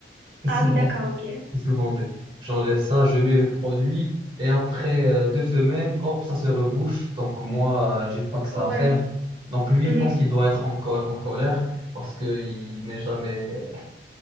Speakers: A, on the right; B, on the right.
A: C'est
B: Ah oui,
A: souvent
B: d'accord, ok.
A: C'est souvent des... J'enlève ça, je mets le produit et après euh, deux semaines, hop, ça se rebouche. Donc moi, euh, j'ai pas que ça
B: Ouais.
A: à faire. Donc lui,
B: Mhm.
A: je pense qu'il doit être en, col- en colère parce qu'il n'est jamais,